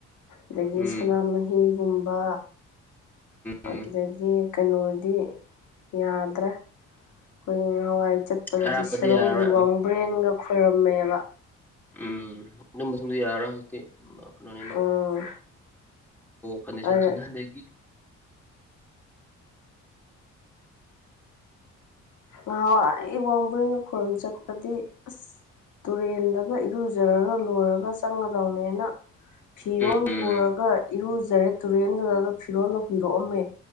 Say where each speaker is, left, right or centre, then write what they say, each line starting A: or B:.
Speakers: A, on the left; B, in the centre.
A: ꯑꯗꯒꯤ
B: ꯎꯝ
A: ꯁꯅꯥꯃꯍꯤꯒꯨꯝꯕ
B: ꯎꯝ
A: ꯑꯗꯒꯤ ꯀꯩꯅꯣꯗꯤ ꯌꯥꯗ꯭ꯔꯥ ꯑꯩꯈꯣꯏ ꯍꯋꯥꯏ ꯆꯠ ꯄꯗꯗꯤ
B: ꯑꯔꯥꯞꯄꯗꯤ
A: ꯁꯦꯔꯧꯒꯤ
B: ꯌꯥꯔꯔꯣꯏ
A: ꯋꯥꯡꯕ꯭ꯔꯦꯟꯒ ꯈꯣꯏꯔꯝꯃꯦꯕ
B: ꯎꯝ ꯑꯗꯨꯕꯁꯨ ꯌꯥꯔ꯭ꯔꯣ ꯍꯧꯖꯤꯛꯇꯤ ꯐꯅ
A: ꯎꯝ
B: ꯀꯟꯗꯤꯁꯟꯁꯤꯅ
A: ꯑꯗ
B: ꯍꯟꯗꯒꯤ
A: ꯅꯍꯥꯟꯋꯥꯏ ꯏꯕꯣꯡ ꯕꯨꯔꯤꯡꯒ ꯈꯨꯔꯨꯝ ꯆꯠꯄꯗꯤ ꯑꯁ ꯇꯨꯔꯦꯟꯗꯒ ꯏꯔꯨꯖꯔꯒ ꯂꯣꯏꯔꯒ ꯆꯪꯒꯗꯧꯅꯦꯅ ꯐꯤꯔꯣꯜ
B: ꯎꯝ
A: ꯄꯨꯔꯒ ꯏꯔꯨꯖꯔꯦ ꯇꯨꯔꯦꯟꯗꯨꯗ ꯐꯤꯔꯣꯜꯗ ꯍꯨꯟꯗꯣꯛꯑꯝꯃꯦ